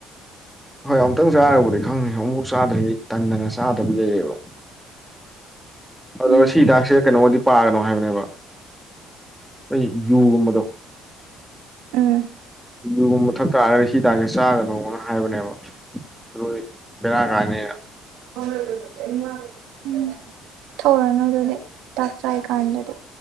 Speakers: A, in the centre; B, on the right.
A: ꯍꯣꯏ ꯑꯃꯨꯛꯇꯪ ꯆꯥꯔꯨꯔꯕꯗꯤ ꯈꯪꯅꯤ ꯑꯃꯨꯛꯐꯥꯎ ꯆꯥꯗ꯭ꯔꯒꯩ ꯇꯟꯗꯅ ꯆꯥꯗꯕ ꯂꯩꯔꯦꯕ ꯑꯗꯨꯒ
B: ꯎꯝ
A: ꯁꯤ ꯍꯗꯥꯛꯁꯦ ꯀꯩꯅꯣꯗꯤ ꯄꯥꯒꯅꯣ ꯍꯥꯏꯕꯅꯦꯕ ꯑꯩꯈꯣꯏ ꯌꯨꯒꯨꯝꯕꯗꯣ
B: ꯎꯝ
A: ꯌꯨꯒꯨꯝꯕ ꯊꯛ ꯇꯥꯔꯒꯗꯤ ꯁꯤꯗꯥꯛꯁꯦ ꯆꯥꯒꯅꯣꯅ ꯍꯥꯏꯕꯅꯦꯕ ꯑꯗꯨ ꯕꯦꯔꯥ ꯀꯥꯅꯤꯅ
B: <inaudible> ꯊꯛꯎꯔꯅꯨ ꯗꯨꯗꯤ ꯍꯤꯗꯥꯛ ꯆꯥꯏ ꯀꯥꯟꯗꯗꯤ